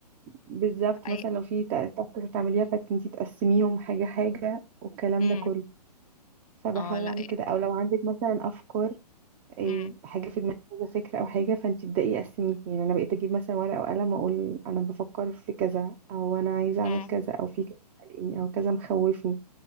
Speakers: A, on the right (about 25°); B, on the left (about 60°).
A: بالظبط
B: اي
A: مثلا لو في تا- تاسك هتعمليها فانتي تقسميهم حاجه حاجه والكلام
B: امم
A: ده كله فبحاول
B: اه لا
A: اعمل كده او لو عندك مثلا افكار إيه
B: امم
A: حاجه في دماغك كذا فكره او حاجه فانت تبداي قسميه يعني انا بقيت اجيب مثلا ورقه وقلم واقول انا بفكر في كذا او انا عايزه اعمل
B: امم
A: كذا او في كذا قلقني او كذا مخوفني